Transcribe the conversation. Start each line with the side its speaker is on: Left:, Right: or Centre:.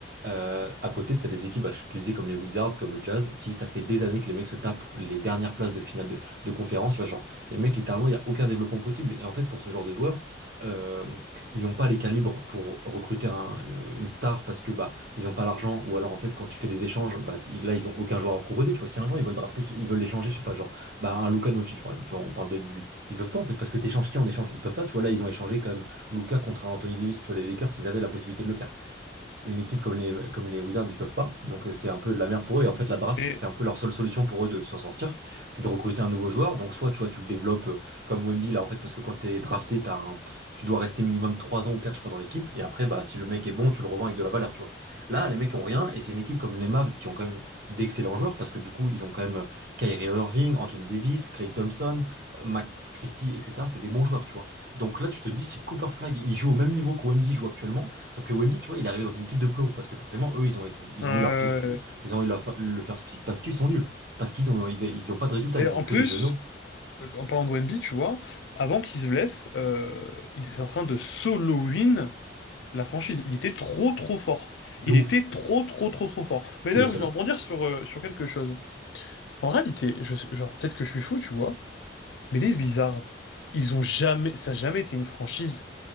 Right: Euh, à côté, t'as des équipes, bah, je te disais, comme les Wizards, comme le Jazz, qui, ça fait des années que les mecs se tapent les dernières places de finale de, de conférence, tu vois, genre, les mecs, littéralement, il n'y a aucun développement possible. Et en fait, pour ce genre de joueurs, euh, ils n'ont pas les calibres pour recruter un- euh, une star parce que, bah, ils n'ont pas l'argent, ou alors, en fait, quand tu fais des échanges, bah, ils- là, ils ont aucun joueur à proposer, tu vois. Si un jour, ils veulent drafter, ils veulent l'échanger, je sais pas, genre, bah, un Luka Doncic, par exemple, tu vois, on parle de lui ils peuvent pas en fait, parce que t'échanges qui en échange? Ils peuvent pas, tu vois, là, ils ont échangé quand même Luka contre Anthony Davis, tu vois, les Lakers, ils avaient la possibilité de le faire une équipe comme les, comme les Wizards, ils peuvent pas. Donc euh, c'est un peu de la merde pour eux. Et en fait, la draft,
Left: Et,
Right: c'est un peu leur seule solution pour eux de s'en sortir. C'est de recruter un nouveau joueur. Donc soit tu vois, tu le développes euh, comme Wemby là, en fait, parce que quand t'es drafté, t'as un- tu dois rester minimum 3 ans ou 4 je crois, dans l'équipe. Et après, bah, si le mec est bon, tu le revends avec de la valeur, tu vois. Là, les mecs ont rien. Et c'est une équipe comme les Mavs qui ont quand même d'excellents joueurs parce que du coup, ils ont quand même euh, Kyrie Irving, Anthony Davis, Clay Thompson, euh, Max Christie, etc. C'est des bons joueurs, tu vois. Donc là, tu te dis, si Cooper Flag il joue au même niveau que Wemby joue actuellement, Sauf que Wemby, tu vois, il est arrivé dans une équipe de plots parce que forcément, eux, ils ont été, ils
Left: euh,
Right: ont eu leur, fi- ils ont eu leur fa- le first pick parce qu'ils sont nuls, parce qu'ils ont, ils, ils ont pas de résultats,
Left: et
Right: ils
Left: en
Right: ont que
Left: plus,
Right: des genoux
Left: en parlant de Wemby, tu vois, avant qu'il se blesse, euh, il était en train de solo win La franchise, il était trop trop fort.
Right: de
Left: Il
Right: ouf.
Left: était trop trop trop trop fort.
Right: C'est
Left: Mais d'ailleurs,
Right: le seul.
Left: je vais rebondir sur, euh, sur quelque chose. En réalité, je, genre, peut-être que je suis fou, tu vois, mais les Wizards, ils ont jamais, ça a jamais été une franchise